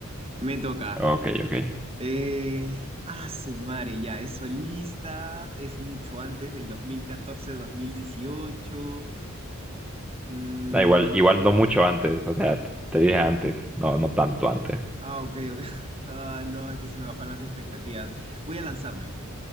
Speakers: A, on the right; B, in the centre.
A: Me toca.
B: Ok, ok.
A: Eh, ah, su madre, ya, es solista, es mucho antes del 2014-2018. Mm,
B: Da igual, igual no mucho antes, o sea, te dije antes, no, no tanto antes.
A: ah, ok, ok. <laughs> Ah, no, entonces me bajaron las expectativas. Voy a lanzarme.